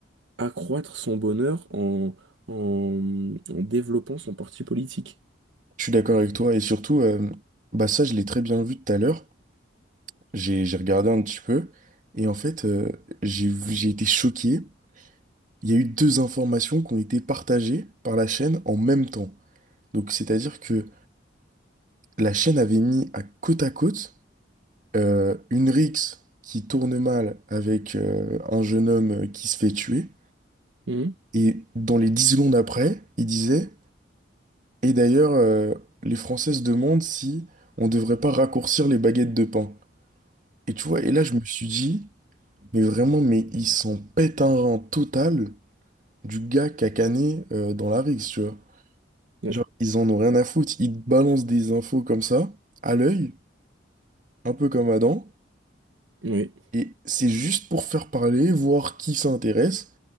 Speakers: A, on the right; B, on the right.
A: accroître son bonheur en, en, en développant son parti politique.
B: Je suis d'accord avec toi et surtout, euh, bah ça, je l'ai très bien vu tout à l'heure. J'ai, j'ai regardé un petit peu et en fait, euh, j'ai, vu- j'ai été choqué. Il y a eu deux informations qui ont été partagées par la chaîne en même temps. Donc, c'est-à-dire que la chaîne avait mis à côte à côte euh, une rixe qui tourne mal avec euh, un jeune homme euh, qui se fait tuer.
A: Mhm.
B: Et dans les 10 secondes après, il disait, Et d'ailleurs, euh, les Français se demandent si on devrait pas raccourcir les baguettes de pain. Et tu vois, et là, je me suis dit, Mais vraiment, mais ils s'en pète un rang total du gars qui a cané euh, dans la rixe, tu vois.
A: Ouais.
B: Genre, ils en ont rien à foutre. Ils te balancent des infos comme ça, à l'œil, un peu comme Adam.
A: Oui.
B: Et c'est juste pour faire parler, voir qui s'intéresse.